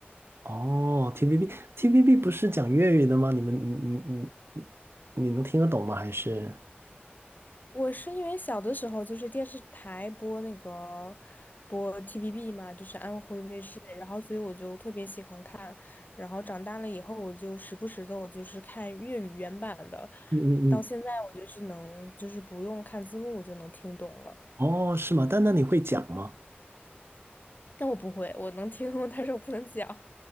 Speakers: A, on the right; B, on the left.
A: 哦，TBB，TBB 不是讲粤语的吗？你们，你你你，你能听得懂吗？还是？
B: 我是因为小的时候就是电视台播那个播 TVB 嘛，就是安徽卫视，然后所以我就特别喜欢看，然后长大了以后我就时不时的我就是看粤语原版的，
A: 嗯嗯。
B: 到现在我就是能就是不用看字幕我就能听懂了。
A: 哦，是吗？但那你会讲吗？
B: 那我不会，我能听，<laughs> 但是我不能讲。